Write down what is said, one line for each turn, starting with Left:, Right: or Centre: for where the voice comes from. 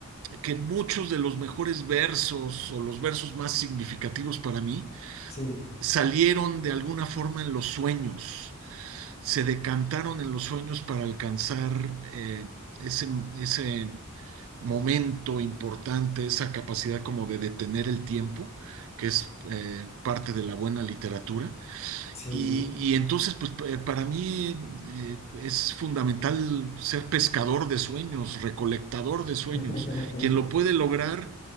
Right: que muchos de los mejores versos o los versos más significativos para mí
Left: Sí,
Right: salieron de alguna forma en los sueños, se decantaron en los sueños para alcanzar eh, ese, ese momento importante, esa capacidad como de detener el tiempo, que es eh, parte de la buena literatura.
Left: sí.
Right: Y, y entonces, pues p- eh, para mí eh, es fundamental ser pescador de sueños, recolectador
Left: <laughs>
Right: de sueños. Quien lo puede lograr